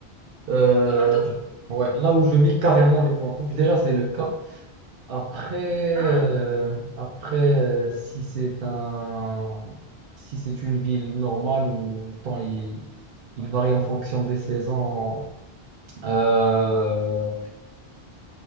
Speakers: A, on the right; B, on the right.
A: Euh,
B: les pantoufles?
A: ouais, là où je vis carrément les pantoufles, déjà, c'est le cas. Après,
B: Ah.
A: euh, après euh, si c'est un... si c'est une ville normale où le temps, il, il varie en fonction des saisons, euh,